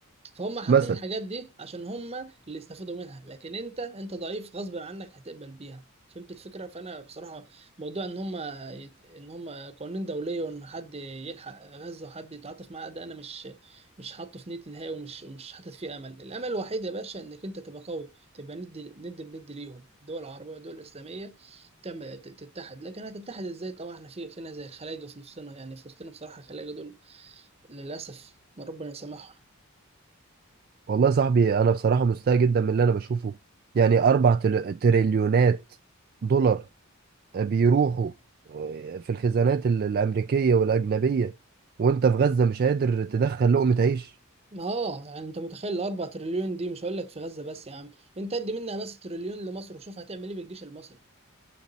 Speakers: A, on the right; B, on the right.
A: فهم حاطين
B: مثلا
A: الحاجات دي عشان هم اللي استفادوا منها لكن انت انت ضعيف غصب عنك هتقبل بيها فهمت الفكره فانا بصراحه موضوع ان هم يت- ان هم قوانين دوليه وان حد يلحق غزه وحد يتعاطف معاه ده انا مش مش حاطه في نيتي نهائي ومش مش حاطط فيه امل الامل الوحيد يا باشا انك انت تبقى قوي تبقى ند ند بند ليهم الدول العربيه والدول الاسلاميه تعمل ت- تتحد لكن هتتحد ازاي طبعا احنا في فينا زي الخلايجه في نصنا يعني في وسطنا بصراحه الخلايجه دول للاسف ربنا يسامحهم
B: والله يا صاحبي انا بصراحة مستاء جدا من اللي انا بشوفه يعني اربع تل... تريليونات دولار بيروحوا في الخزانات ال- الامريكية والاجنبية وانت في غزة مش قادر تدخل لقمة عيش
A: اه يعني انت متخيل الاربع تريليون دي مش هقول لك في غزه بس يا عم انت ادي منها بس تريليون لمصر وشوف هتعمل ايه بالجيش المصري